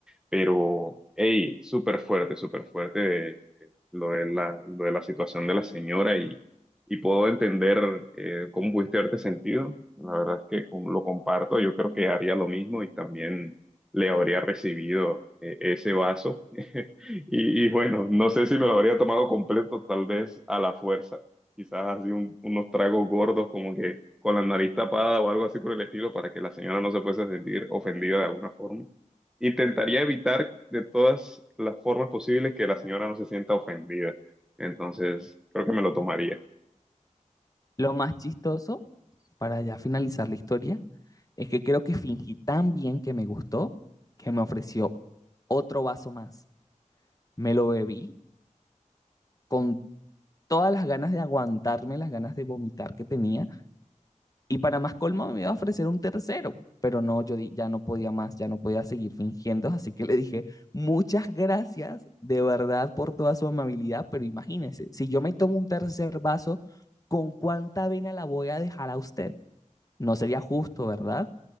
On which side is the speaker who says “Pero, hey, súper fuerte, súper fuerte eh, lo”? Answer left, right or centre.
Centre